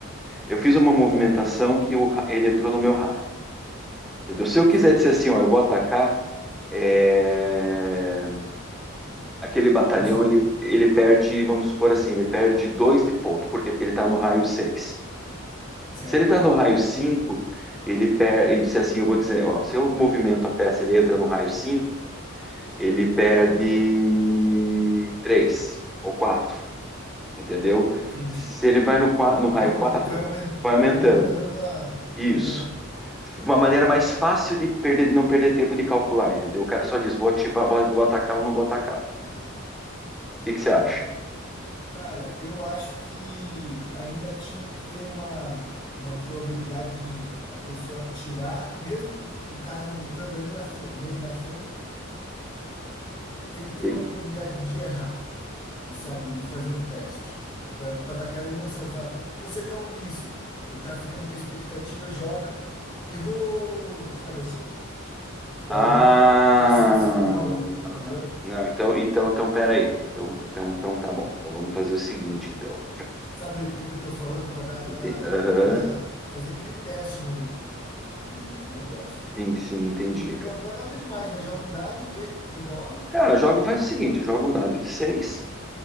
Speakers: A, in the centre; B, on the left.
A: Eu fiz uma movimentação
B: tá,
A: que o ra- ele entrou no meu raio. Entendeu? Se eu quiser
B: certo.
A: dizer assim, ó, eu vou atacar, é, aquele batalhão
B: Isso é
A: ele, ele perde, vamos supor assim, ele perde dois de ponto. Por quê? Porque ele está no raio 6.
B: certo.
A: Se ele está no raio
B: Aham,
A: 5, ele perde. Ele disse assim, eu vou dizer, ó, se eu movimento a peça, ele entra no raio 5. ele perde 3 ou 4, entendeu?
B: entendi.
A: Se ele vai no, no
B: Vai,
A: raio
B: aumen-
A: quatro,
B: vai, aumen-
A: vai
B: vai
A: aumentando.
B: aumentando a,
A: Isso.
B: o dano.
A: Uma maneira mais fácil de perder, não perder tempo de calcular, entendeu? O cara só diz, vou ativar, vou, vou atacar ou não vou atacar. O que que
B: Entendi.
A: você acha?
B: Cara, eu acho que ainda tinha que ter uma, uma probabilidade de a pessoa atirar, mesmo o cara lutando ali na, fre- meio na frente, tem que
A: Entendi.
B: ter uma probabilidade de errar e sabe, e fazer um teste para dar aquela emoção. Falar, vou acertar um míssil. E o cara fica naquela expectativa, joga, errou, sabe assim? Daí
A: Ah,
B: o cara se, se livrou, entendeu?
A: não, então, então, então, peraí. Então, então, então tá bom. Então vamos fazer o seguinte, então.
B: Sabe o que que eu estou falando para dar aquela,
A: Ente- Aham,
B: aquela, fazer aquele teste, né, do, do, do, do negócio.
A: Sim, sim, entendi,
B: Porque
A: cara.
B: não, não é nada demais, né? Joga um dado, vê o que, que rola.
A: Cara, joga, faz o seguinte, joga um dado de 6.